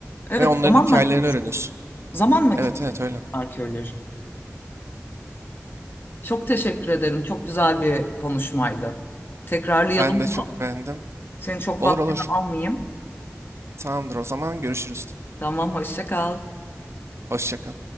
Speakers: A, on the left; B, on the right.
A: Evet,
B: ve onların
A: zaman
B: hikayelerini
A: makinesi.
B: öğreniyorsun.
A: Zaman makinesi
B: Evet evet öyle.
A: arkeoloji. Çok teşekkür ederim. Çok güzel bir konuşmaydı. Tekrarlayalım
B: Ben de
A: bunu.
B: çok beğendim.
A: Senin çok
B: Olur
A: vaktini
B: olur.
A: almayayım.
B: Tamamdır o zaman görüşürüz.
A: Tamam, hoşça kal.
B: Hoşça kal.